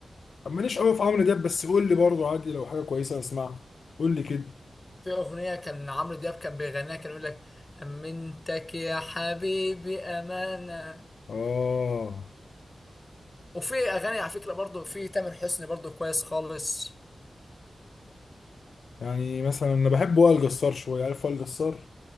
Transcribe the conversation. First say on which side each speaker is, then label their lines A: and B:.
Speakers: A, on the left; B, on the left.
A: ماليش قوي في عمرو دياب بس قول لي برضه عادي لو حاجه كويسه اسمعها قول لي كده
B: في اغنيه كان عمرو دياب كان بيغنيها كان يقول لك امنتك يا حبيبي امانه
A: اه
B: وفي اغاني على فكره برضو في تامر حسني برضو كويس خالص
A: يعني مثلا انا بحب وائل جسار شويه عارف وائل جسار